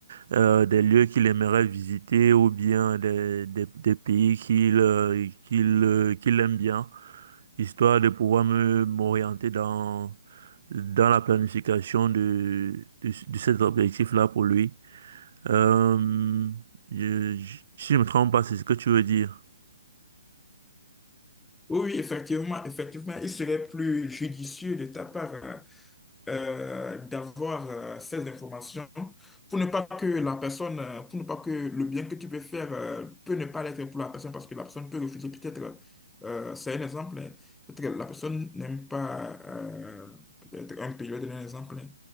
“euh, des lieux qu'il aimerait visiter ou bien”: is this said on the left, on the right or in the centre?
Right